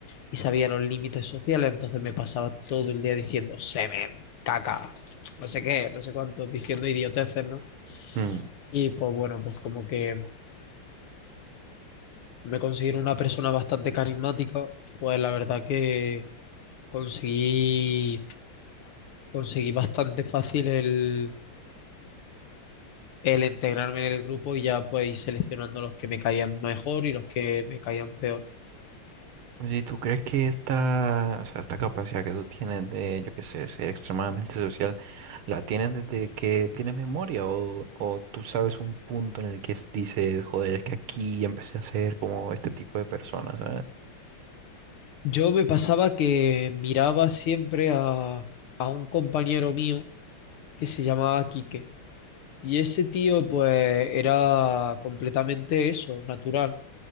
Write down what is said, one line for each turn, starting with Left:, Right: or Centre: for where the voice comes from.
Left: y sabía los límites sociales, entonces me pasaba todo el día diciendo semen, caca, no sé qué, no sé cuánto, diciendo idioteces, ¿no?
Right: mm.
Left: Y pues bueno, pues como que me considero una persona bastante carismática, pues la verdad que conseguí, conseguí bastante fácil el el integrarme en el grupo y ya pues ir seleccionando los que me caían mejor y los que me caían peor.
Right: Si tú crees que esta, o sea, esta capacidad que tú tienes de, yo qué sé, ser extremadamente social, ¿la tienes desde que tienes memoria? ¿O, o tú sabes un punto en el que es- dices, joder, es que aquí empecé a ser como este tipo de personas, ¿sabes?
Left: Yo me pasaba que miraba siempre a, a un compañero mío que se llamaba Quique y ese tío pues era completamente eso, natural.